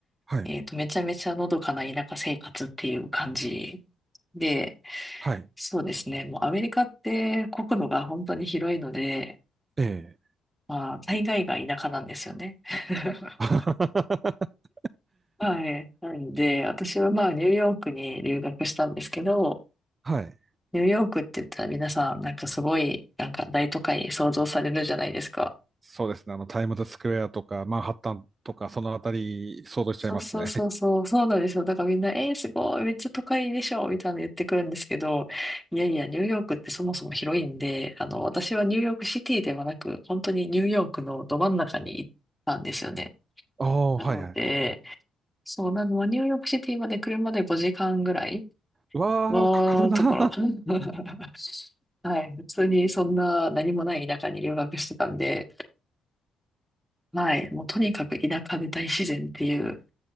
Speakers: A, on the right (about 30°); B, in the centre.
A: はい。
B: えっと、めちゃめちゃのどかな田舎生活っていう感じで、
A: はい。
B: そうですね。もうアメリカって国土が本当に広いので、
A: ええ。
B: まあ、大概が田舎なんですよね。<laughs>
A: <laughs>
B: はい。なので、私はまあ、ニューヨークに留学したんですけど、
A: はい。
B: ニューヨークって言ったら皆さん、なんかすごい、なんか大都会想像されるじゃないですか。
A: そうですね。あの、タイムズスクエアとか、マンハッタンとか、そのあたり、想像しちゃいますね。
B: そうそうそうそう、そうなんですよ。だからみんな、えー、すごい、めっちゃ都会でしょ、みたいなの言ってくるんですけど、いやいや、ニューヨークってそもそも広いんで、あの、私はニューヨークシティではなく、本当にニューヨークのど真ん中に行ったんですよね。
A: <laughs> ああ、
B: なので、
A: はいはい。
B: そうなのは、ニューヨークシティまで車で5時間ぐらい
A: うわあ、
B: のところ。
A: かかるな
B: <laughs> はい。普通にそんな何もない田舎に留学してたんで、はい。もうとにかく田舎で大自然っていう